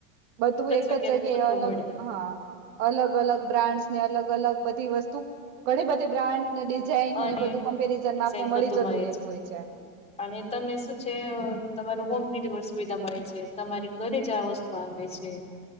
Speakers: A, on the right; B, on the left.
A: બધું એક
B: જગ્યા
A: જ જગ્યાએ
B: બધું
A: અલગ,
B: મળી જાય.
A: હા, અલગ અલગ બ્રાન્ડસને અલગ અલગ બધી વસ્તુ, ગણી બધી બ્રાન્ડ ને ડિઝાઇનને
B: અને
A: બધું કમ્પેરિઝનમાં
B: ડિઝાઇન
A: આપને મળી
B: બધું
A: જતું
B: મળે
A: રહેતું હોય છે.
B: અને તમને શું છે તમારું હોમડીલીવર સુવિધા મળે છે, તમારી ઘરે જ આ વસ્તુ આવે છે.